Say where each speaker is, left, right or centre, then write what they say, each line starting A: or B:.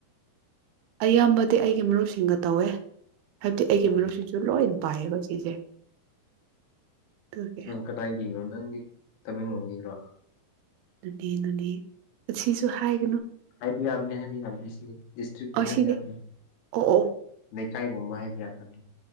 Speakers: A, on the right; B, on the left.
A: ꯑꯌꯥꯝꯕꯗꯤ ꯑꯩꯒꯤ ꯃꯔꯨꯞꯁꯤꯡꯒ ꯇꯧꯋꯦ ꯍꯥꯏꯕꯗꯤ ꯑꯩꯒꯤ
B: ꯎꯝ
A: ꯃꯤꯨꯞꯁꯤꯁꯨ ꯂꯣꯏ ꯄꯥꯏꯌꯦꯕ ꯁꯤꯁꯦ ꯑꯗꯨꯒꯤ
B: ꯅꯪ ꯀꯗꯥꯏꯗꯒꯤꯒ꯭ꯔꯣ ꯅꯪꯒꯤ ꯇꯃꯦꯡꯂꯣꯡꯗꯒꯤꯔꯣ
A: ꯅꯣꯅꯦ ꯅꯣꯅꯦ ꯑꯁꯤꯁꯨ ꯍꯥꯏ
B: ꯍꯥꯏꯕ ꯌꯥꯕꯅꯦ ꯍꯥꯏꯕ ꯌꯥꯕꯅꯦ ꯑꯁꯤꯗꯤ ꯗꯤꯁꯇ꯭ꯔꯤꯛꯇꯤ
A: ꯑꯁꯤꯗꯤ
B: ꯍꯥꯏꯕ ꯌꯥꯕꯅꯦ
A: ꯑꯣ ꯑꯣ
B: ꯂꯩꯀꯥꯏ ꯀꯨꯝꯕ ꯍꯥꯏꯕ ꯌꯥꯗꯕꯅꯦ